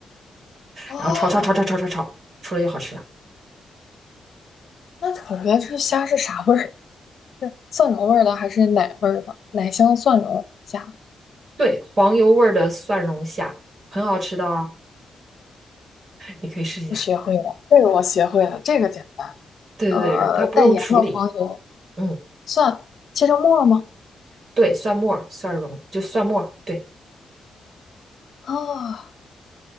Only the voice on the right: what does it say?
然后炒炒炒炒炒炒炒，出来就好吃了。
对，黄油味儿的蒜蓉虾很好吃的啊，你可以试一下。
对对对，
它不用处理。
嗯，
对，蒜末儿蒜蓉就蒜末儿对，